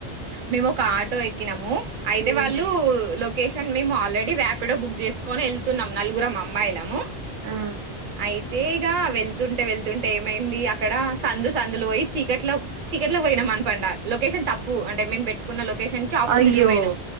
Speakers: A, on the right (about 55°); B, on the right (about 85°).
A: మేము ఒక ఆటో ఎక్కినము అయితే
B: హ్మ్
A: వాళ్ళు లో లోకేషన్ మేము ఆల్రెడీ రాపిడో బుక్ చేసుకొని ఎళ్తున్నాం నలుగురం అమ్మాయిలము
B: ఆ
A: అయితే ఇగ వెళ్తుంటే వెళ్ తుంటే ఏమైంది అక్కడ సందు సందులు పోయి, చీకట్లో చీకట్లో పోయినం అనపండ లొకేషన్ తప్పు అంటే మేము పెట్టుకున్న లొకేషన్ కి ఆపోజిట్గా
B: అయ్యో
A: పోయినం